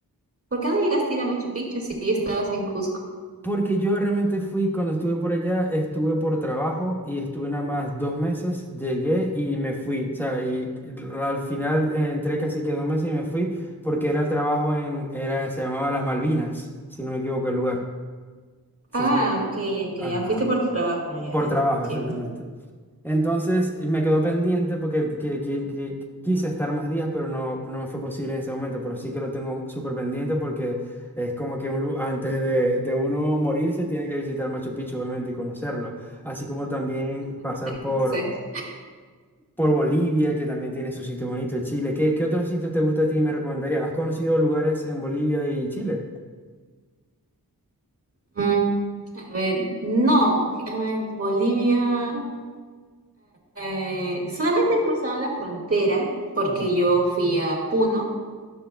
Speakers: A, on the right; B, in the centre.
A: ¿Por qué no llegaste a ir a Machu Picchu si estabas en Cusco?
B: Porque yo realmente fui, cuando estuve por allá, estuve por trabajo y estuve nada más dos meses, llegué y me fui. O sea, y al final eh, entré casi que dos meses y me fui porque era el trabajo en, era, se llamaba Las Malvinas, si no me equivoco el lugar. Sí,
A: Ah,
B: sí.
A: ok, ok,
B: Ajá,
A: ya fuiste por trabajo, ah, ya
B: por
A: entiendo.
B: trabajo, exactamente. Entonces me quedó pendiente porque que- que- que quise estar más días, pero no, no me fue posible en ese momento. Pero sí que lo tengo súper pendiente porque es como que un lu- antes de, de uno morirse tiene que visitar Machu Picchu, obviamente, y conocerlo. Así como también pasar por,
A: Exacto.
B: por Bolivia, que también tiene sus sitios bonitos, Chile. ¿Qué, qué otros sitios te gusta a ti y me recomendarías? ¿Has conocido lugares en Bolivia y Chile?
A: Mm, a ver, no, a ver, Bolivia, eh, solamente he cruzado la frontera porque
B: Ujú.
A: yo fui a Puno